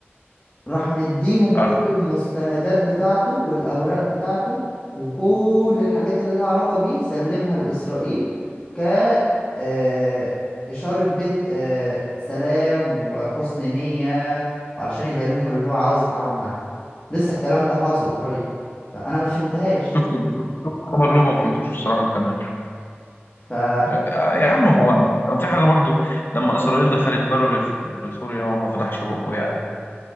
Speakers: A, on the left; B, on the left.
A: راح مديهم كل
B: عارف
A: المستندات بتاعته والأوراق بتاعته وكل الحاجات اللي لها علاقة بيه سلمها لإسرائيل ك آه، إشارة بدء آه، سلام وحسن نية وعلشان يبين لهم اللي هو عاوز يتعاون معاه لسه الكلام ده حاصل قريب فأنا ما فهمتهاش
B: شفت شفت شفت خبر له ما فهمتوش الصراحة أنا كمان
A: فهو
B: يا يا عم هو في حاجة برضو لما إسرائيل دخلت بر في في سوريا هو ما فتحش بقه يعني